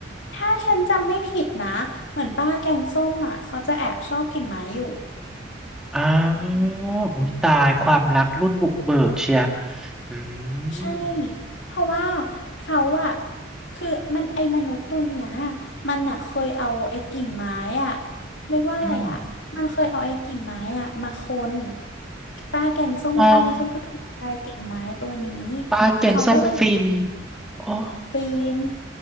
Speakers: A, on the left; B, in the centre.
A: ถ้าฉันจำไม่ผิดนะเหมือนป้าแกงส้มอ่ะเขาจะแอบชอบกิ่งไม้อยู่
B: อ้าวอุ้ยตายความรักรุ่นบุกเบิกเชียอืม
A: ใช่เพราะว่าเขาอะคือมันไอ้มนุษย์ตัวเนี้ยมันอะเคยเอาไอ้กิ่งไม้อะเรียกว่าอะไรอะมันเคยเอาไอ้กิ่งไม้อะมาคน
B: อืม
A: ป้าแกงส้มแล้วป้าแกงส้มก็ถูกใจกิ่งไม้ตัวนี้
B: อ๋อปลาแกงส้มฟิน
A: เขาก็เลย
B: อ๋อ
A: ฟิน